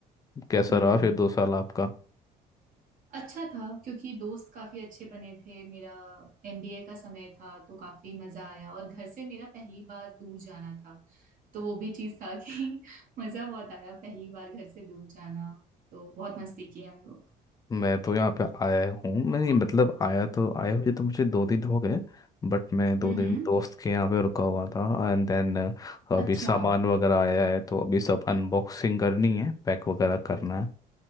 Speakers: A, on the left (about 20°); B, on the right (about 55°).
A: कैसा
B: हम्म
A: रहा फिर दो साल आपका
B: अच्छा था क्योंकि दोस्त काफी अच्छे बने थे मेरा एमबीए का समय था तो काफी मजा आया और घर से मेरा पहली बार दूर जाना था तो वो भी चीज था कि <laughs> मजा बहुत आया पहली बार घर से दूर जाना तो बहुत मस्ती की हम लोग
A: मैं तो यहाँ पे आया हूँ मैं ये मतलब आया तो आया हुए तो मुझे दो दिन हो गए बट मैं दो
B: हम्म
A: दिन दोस्त के यहाँ पे रुका हुआ था एंड देन अभी
B: अच्छा
A: सामान वगैरह आया है तो अभी सब अनबॉक्सिंग करनी है पैक वगैरह करना है